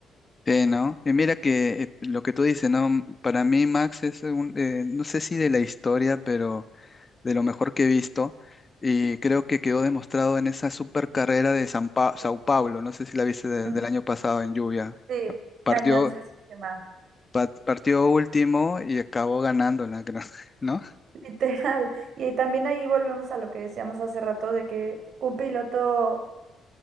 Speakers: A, on the left; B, on the right.
A: Sí, ¿no? Y mira que eh, lo que tú dices, ¿no? M- Para mí Max es un, eh, no sé si de la historia, pero de lo mejor que he visto y creo que quedó demostrado en esa super carrera de San Pa- Sao Paulo, no sé si la viste de-
B: Ujú.
A: del año pasado en lluvia.
B: Sí,
A: Partió,
B: cañón sistema,
A: pa- partió último y acabó ganándola, creo, <laughs> ¿no?
B: <laughs> literal. Y también ahí volvemos a lo que decíamos hace rato de que un piloto